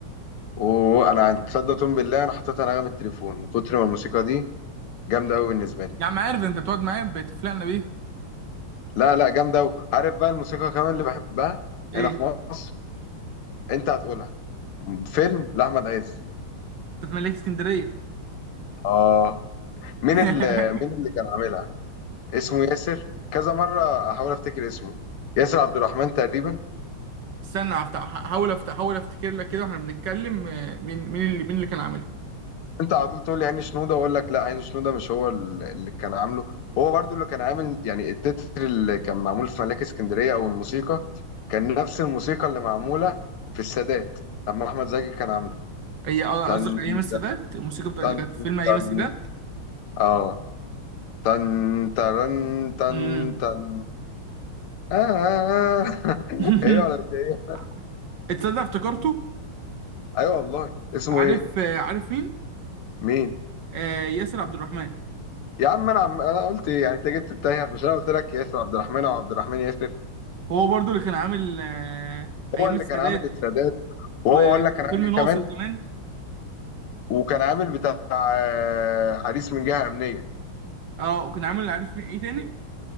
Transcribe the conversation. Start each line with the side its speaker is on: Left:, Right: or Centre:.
Left: وانا تصدق تقوم بالله انا حطيتها نغمة التليفون من كتر ما الموسيقى دي جامدة قوي بالنسبة لي
Right: يا عم عارف انت بتقعد معايا بتفلقنا بيها
Left: لا لا جامدة قوي عارف بقى الموسيقى كمان اللي بحبها
Right: ايه
Left: هنا في مصر انت هتقولها فيلم لأحمد عز
Right: انت ملاك اسكندرية
Left: اه مين
Right: <laughs>
Left: اللي مين اللي كان عاملها اسمه ياسر كذا مرة احاول افتكر اسمه ياسر عبد الرحمن تقريبا
Right: استنى هفتح هحاول افتح احاول افتكر لك كده واحنا بنتكلم آه، مين مين اللي مين اللي كان عاملها
Left: انت على طول تقول لي عين شنودة واقول لك لا عين شنودة مش هو ال- اللي كان عامله هو برضو اللي كان عامل يعني التتر اللي كان معمول في ملاك اسكندرية او الموسيقى كان نفس الموسيقى اللي معمولة في السادات لما احمد زكي كان عامله
Right: هي آه،
Left: تن
Right: قصدك ايام السادات
Left: تن
Right: الموسيقى بتاعت
Left: تن
Right: اللي كانت في فيلم ايام
Left: تن
Right: السادات
Left: اه تن ترن تن
Right: امم
Left: تن آه. <laughs>
Right: <laughs>
Left: ايه ولا مش إيه؟
Right: اتصدق افتكرته
Left: ايوه والله اسمه
Right: عارف
Left: ايه
Right: آه، عارف مين
Left: مين
Right: آه ياسر عبد الرحمن
Left: يا عم انا عم انا قلت ايه يعني انت جبت التايه مش انا قلت لك ياسر عبد الرحمن او عبد الرحمن ياسر
Right: هو برضو اللي كان عامل آه، ايام
Left: هو اللي
Right: السادات
Left: كان عامل السادات وهو
Right: وفيلم
Left: اقول لك كان عامل ايه
Right: ناصر
Left: كمان
Right: كمان
Left: وكان عامل بتاع آه، عريس من جهه امنيه
Right: اه وكان عامل عارف مين ايه تاني